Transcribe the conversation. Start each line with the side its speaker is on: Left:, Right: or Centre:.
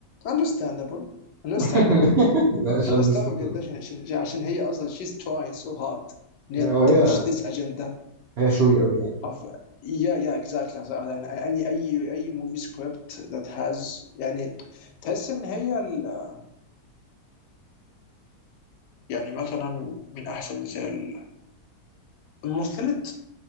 Left: understandable understandable
Right: <laughs> لا مش
Left: انا
Right: اندرستاندبل
Left: استوعب قديش عشان عشان هي اصلا she's trying so hard ان
Right: وهي
Left: هي تبوش this agenda
Right: هي شوي قوي يعني
Left: of يا يا اكزاكتلي يعني اي اي اي موفي سكريبت ذات هاز يعني تحس ان هي ال- يعني مثلا من احسن مثال ممثلة